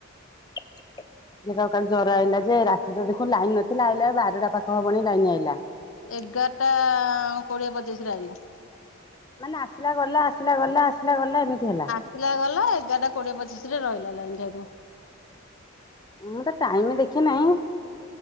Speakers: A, on the left; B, on the left.
A: ଝିଅ ଟା କାଲି ଜର ଆଇଲା ଯେ ରାତିରେ ଦେଖୁ ଲାଇନ ନଥିଲା ଆଇଲା ବାରଟା ପାଖ ହବନି ଲାଇନ ଆଇଲା।
B: ଏଗାରଟା କୋଡିଏ ପଚିଶରେ ଆଇଲା।
A: ମାନେ ଆସିଲା ଗଲା ଆସିଲା ଗଲା ଆସିଲା ଗଲା ଏମିତି ହେଲା।
B: ପିଲା ଗଲା ଏଗାରଟା କୋଡିଏ ପଚିଶ ରେ ରହିଲା ଲାଇନ ସେଠୁ।
A: ମୁଁ ତ ଟାଇମ ଦେଖି ନାହିଁ